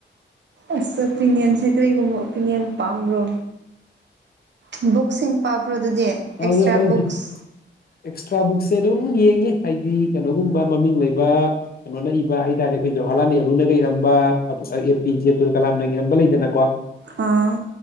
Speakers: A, on the right; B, on the left.
A: ꯑꯁ ꯑꯣꯄꯤꯅꯤꯌꯟꯁꯦ ꯀꯔꯤꯒꯨꯝꯕ ꯑꯣꯄꯤꯅꯤꯌꯟ ꯄꯥꯝꯕ꯭ꯔꯣ ꯕꯨꯛꯁꯤꯡ ꯄꯥꯕ꯭ꯔꯣ ꯑꯗꯨꯗꯤ
B: ꯍ
A: ꯑꯦꯛꯁꯇ꯭ꯔꯥ ꯕꯨꯛꯁ
B: ꯑꯦꯛꯁꯇ꯭ꯔꯥ ꯕꯨꯛꯁꯦ ꯑꯗꯨꯝ ꯌꯦꯡꯉꯤ ꯍꯥꯏꯗꯤ ꯀꯩꯅꯣꯒꯨꯝꯕ ꯃꯃꯤꯡ ꯂꯩꯕ ꯀꯩꯅꯣꯅ ꯏꯕ ꯍꯥꯏꯇꯥꯥꯔꯦ ꯑꯩꯈꯣꯏ ꯖꯋꯥꯍꯔꯂꯥꯜ ꯅꯦꯍꯔꯨꯅꯒ ꯏꯔꯝꯕ ꯑꯦ ꯄꯤ ꯖꯦ ꯑꯕꯗꯨꯜ ꯀꯂꯥꯝꯅ ꯏꯔꯝꯕ ꯂꯩꯗꯅꯀꯣ
A: ꯑꯥ